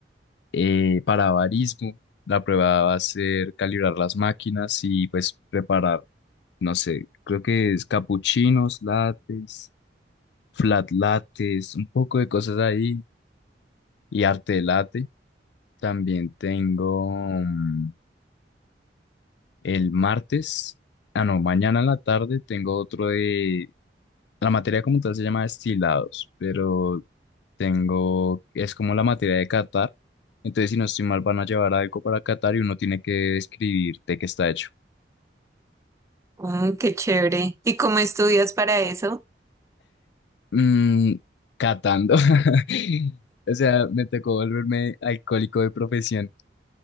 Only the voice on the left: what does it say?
eh, para avarismo. La prueba va a ser calibrar las máquinas y pues preparar, no sé, creo que es capuchinos, lates, flat lates, un poco de cosas ahí y arte de latte. También tengo mm, el martes, ah no, mañana en la tarde tengo otro de, la materia como tal se llama destilados, pero Tengo, es como la materia de Qatar. Entonces, si no estoy mal, van a llevar algo para Qatar y uno tiene que escribir de qué está hecho.
Mm, catando. <laughs> O sea, me tocó volverme alcohólico de profesión.